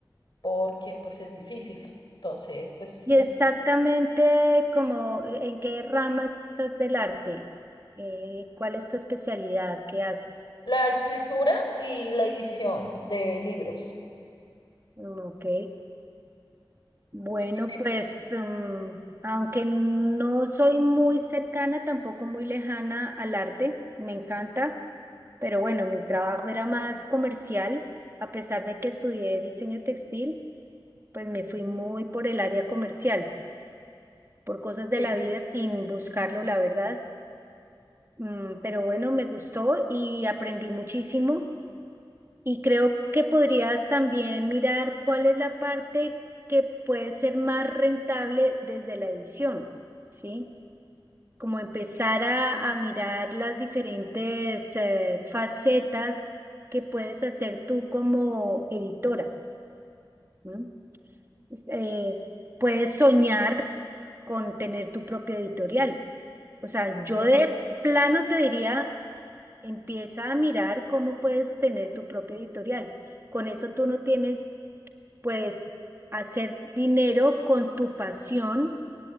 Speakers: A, on the left; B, on the right.
A: porque pues es difícil. Entonces, pues
B: y exactamente
A: es
B: como eh, en qué rama estás del arte, eh, cuál es tu especialidad, qué haces.
A: la escritura y la edición de libros.
B: Mm, Ok. Bueno,
A: Difícil.
B: pues mm, aunque no soy muy cercana, tampoco muy lejana al arte, me encanta, pero bueno, mi trabajo era más comercial, a pesar de que estudié diseño textil, pues me fui muy por el área comercial, por cosas de
A: Sí,
B: la vida sin buscarlo, la verdad. Mm, pero bueno, me gustó y aprendí muchísimo. Y creo que podrías también mirar cuál es la parte que puede ser más rentable desde la edición, ¿sí? Como empezar a, a mirar las diferentes eh, facetas que puedes hacer tú como editora, ¿no? Es- eh, puedes soñar con tener tu propio editorial. O sea,
A: sí.
B: yo de plano te diría Empieza a mirar cómo puedes tener tu propio editorial. Con eso tú no tienes, puedes hacer dinero con tu pasión,